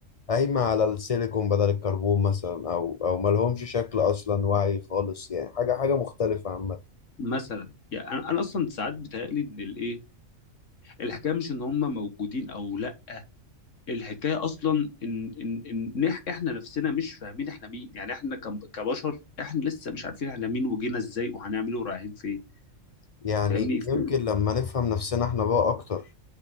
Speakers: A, on the left; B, on the left.
A: قايمة على السيليكون بدل الكربون مثلا أو أو ملهمش شكل أصلا وعي خالص يعني حاجة حاجة مختلفة عامة
B: مثلا يعني انا انا اصلا ساعات بتهيألي ان الايه الحكايه مش ان هم موجودين او لا الحكايه اصلا ان ان ان إح- احنا نفسنا مش فاهمين احنا مين يعني احنا كم- كبشر احنا لسه مش عارفين احنا مين وجينا ازاي وهنعمله ورايحين فين
A: يعني
B: فاهمني
A: يمكن
B: ف-
A: لما نفهم نفسنا احنا بقى أكتر